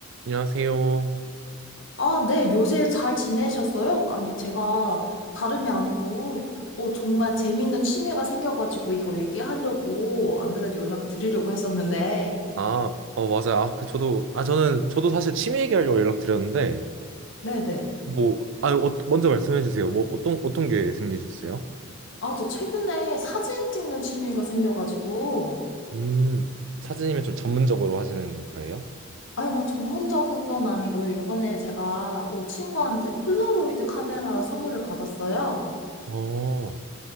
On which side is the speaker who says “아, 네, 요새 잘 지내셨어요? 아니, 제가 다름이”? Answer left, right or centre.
Left